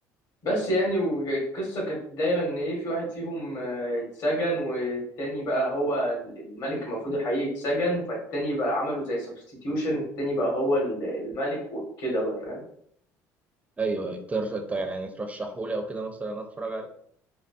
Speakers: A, on the left (about 70°); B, on the right (about 20°).
A: بس يعني والقصة كانت دايرة إن إيه في واحد فيهم آه، اتسجن والتاني بقى هو الملك المفروض الحقيقي اتسجن فالتاني بقى عملوا زي سبستيتيوشن التاني بقى هو ال- الملك وكده بقى فاهم
B: أيوه أيوه تر... طيب يعني ترشحهولي أو كده مثلا أتفرج عليه